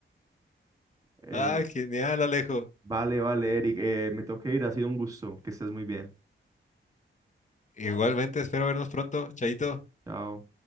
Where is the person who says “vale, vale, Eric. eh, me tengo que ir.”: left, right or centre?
Right